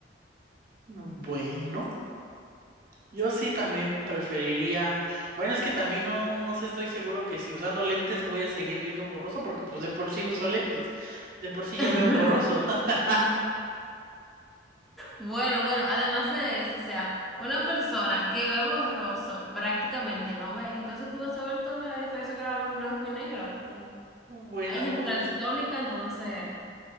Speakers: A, on the right; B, in the centre.
A: bueno, yo sí también preferiría. Bueno, es que también no, no sé, estoy seguro que si usando lentes voy a seguir viendo borroso, porque pues de por sí uso lentes. De por sí ya
B: <laughs>
A: veo borroso. <laughs>
B: Bueno, bueno, además de eso, o sea, una persona que ve borroso prácticamente no ve, entonces tú vas a ver toda la diferencia que la ve en blanco y negro.
A: Mm, Bueno,
B: Hay gente
A: podrás-
B: daltónica, entonces